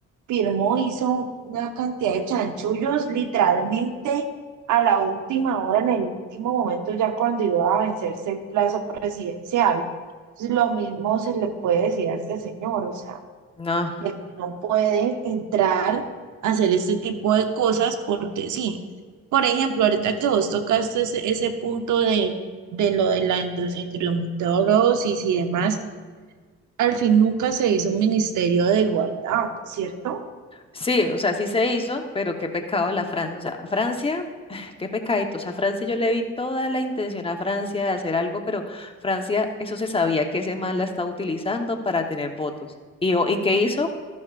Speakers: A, on the right; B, on the left.
A: firmó, hizo una cantidad de chanchullos literalmente a la última hora, en el último momento, ya cuando iba a vencerse el plazo presidencial. Entonces, lo mismo se le puede decir a este señor, o sea
B: No.
A: de que no puede entrar a hacer este tipo de cosas porque sí. Por ejemplo, ahorita que vos tocaste ese, ese punto de, de lo de la endo- endometriosis y demás, al fin nunca se hizo un ministerio de igualdad, ¿cierto?
B: Sí, o sea, sí se hizo, pero qué pecado la Francia. O sea, Francia, <sighs> qué pecadito. O sea, Francia, yo le vi toda la intención a Francia de hacer algo, pero Francia, eso se sabía que ese man la está utilizando para tener votos. ¿Y, o- ¿y qué hizo?